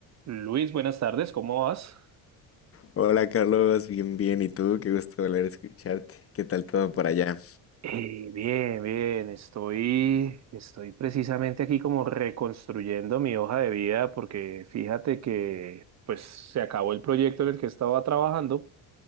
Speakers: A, on the right; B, on the left.
A: Luis, buenas tardes, ¿cómo vas?
B: Hola Carlos, bien, bien. ¿Y tú? Qué gusto volver a escucharte. ¿Qué tal todo por allá?
A: Eh, bien, bien, estoy, estoy precisamente aquí como reconstruyendo mi hoja de vida porque fíjate que pues se acabó el proyecto en el que estaba trabajando